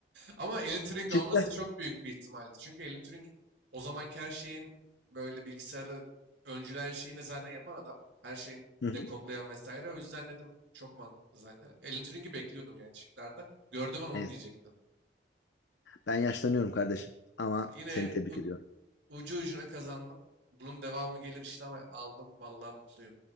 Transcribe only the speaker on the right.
Ama Alan Turing
olması çok büyük bir ihtimaldi. Çünkü Alan Turing o zamanki her şeyin böyle bilgisayarı öncüler her şeyini de zaten yapan adam. Her şeyin
dekodlayan vesaire. O yüzden dedim çok mantıklı zaten. Alan Turing'i bekliyordum yani şıklarda. Gördüm ben onu
diyecektim.
Abi,
abi yine
u-
ucu ucuna kazandım. Bunun devamı gelir işte ama aldım. Vallahi mutluyum.